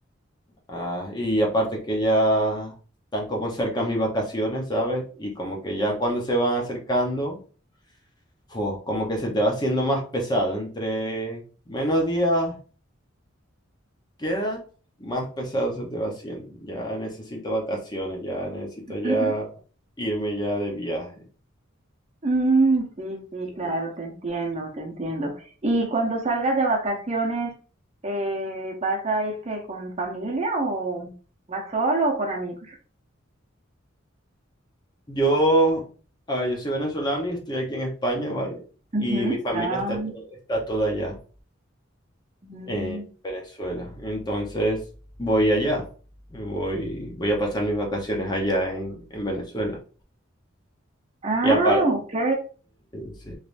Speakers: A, on the left; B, on the right.
A: Ah, y aparte que ya están como cerca mis vacaciones, ¿sabes? Y como que ya cuando se van acercando, fu, como que se te va haciendo más pesado. Entre menos días queda, más pesado se te va haciendo. Ya necesito vacaciones, ya necesito
B: <laughs>
A: ya irme ya de viaje.
B: mm, sí, sí,
A: Y
B: claro, te entiendo, te entiendo. ¿Y cuando salgas de vacaciones, eh, vas a ir que con familia o vas solo o con amigos?
A: Yo, a ver, yo soy venezolano y estoy aquí en España, ¿vale? Y
B: Ujú.
A: mi familia
B: Ah,
A: está, to- está toda allá.
B: mm.
A: en Venezuela. Entonces voy allá, voy, voy a pasar mis vacaciones allá en, en Venezuela.
B: Ah,
A: Y aparte,
B: ok.
A: sí,